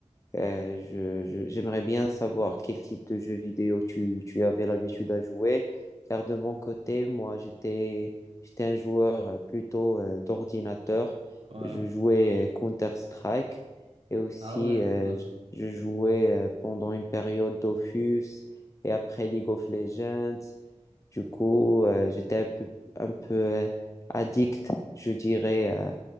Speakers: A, on the left; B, on the right.
A: Euh, je, je- j'aimerais bien savoir quel type de jeu vidéo tu, tu avais l'habitude à jouer, car de mon côté, moi, j'étais, j'étais un joueur euh, plutôt euh, d'ordinateur.
B: ouais.
A: Je jouais euh, Counter-Strike et aussi
B: Ah ouais,
A: euh,
B: ouais,
A: je je jouais euh, pendant une période Dofus et après League of Legends. Du coup, euh, j'étais un peu, un peu euh, addict, je dirais, euh,